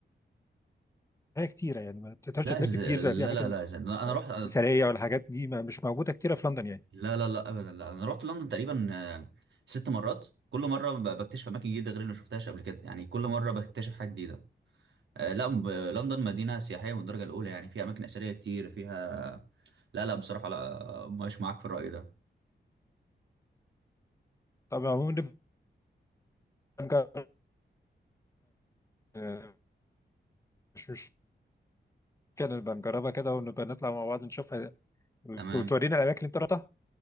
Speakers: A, on the left; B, on the right.
A: كتيره يعني ما تقدرش
B: لا
A: تلف
B: إز...
A: كتير
B: لا
A: في اماكن
B: لا لا إز... أنا أنا رحت
A: مثاليه ولا حاجات دي ما مش موجوده كتيره في لندن يعني
B: لا لا لا أبدا لا أنا رحت لندن تقريبا آه، ست مرات كل مرة ب- بكتشف أماكن جديدة غير اللي ما شفتهاش قبل كده يعني كل مرة بكتشف حاجة جديدة آه، لا ب- لندن مدينة سياحية من الدرجة الأولى يعني فيها أماكن أثرية كتير فيها لا لا بصراحة لا مش معاك في الرأي ده
A: طبعا ونبقى نجرب آه، مش مشكله نبقى نجربها كده ونبقى نطلع مع بعض نشوفها وت-
B: تمام
A: وتورينا الاماكن اللي انت رحتها